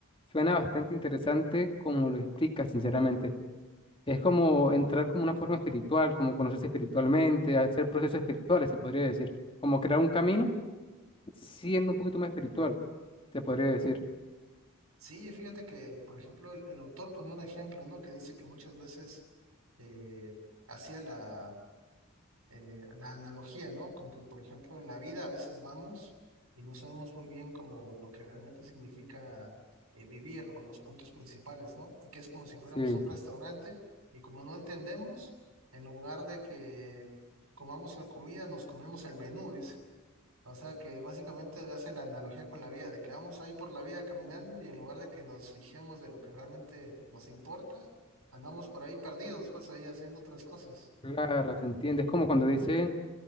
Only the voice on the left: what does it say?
suena bastante interesante como lo explicas, sinceramente. Es como entrar como una forma espiritual, como conocerse espiritualmente, hacer procesos espirituales, se podría decir, como crear un camino siendo un poquito más espiritual, se podría decir.
Sí,
claro, se entiende. Es como cuando dicen